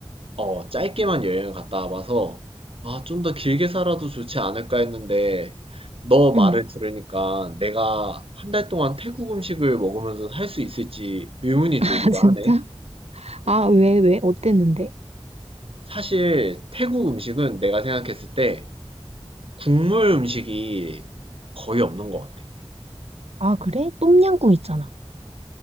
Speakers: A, on the right; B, on the right.
A: 어, 짧게만 여행을 갔다 와봐서 아, 좀 더 길게 살아도 좋지 않을까 했는데 너 말을
B: 응.
A: 들으니까 내가 한 달 동안 태국 음식을 먹으면서 살 수 있을지 의문이
B: <laughs> 아,
A: 들기도
B: 진짜?
A: 하네.
B: 아, 왜, 왜? 어땠는데?
A: 사실 태국 음식은 내가 생각했을 때 국물 음식이 거의 없는 것 같아.
B: 아, 그래? 똠양꿍 있잖아.